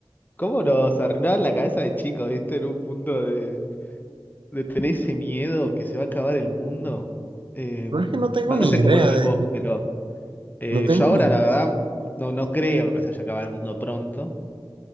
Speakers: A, on the left; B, on the right.
A: cómo nos arruinaban la cabeza de chicos, ¿viste? En un punto de, de tener ese miedo que se va a acabar el mundo. Eh,
B: Pero es que no tengo
A: bueno,
B: ni
A: no sé
B: idea
A: cómo lo ves
B: de,
A: vos, pero eh,
B: no tengo
A: yo ahora,
B: ni
A: la verdad, no, no creo que se haya acabado el mundo pronto.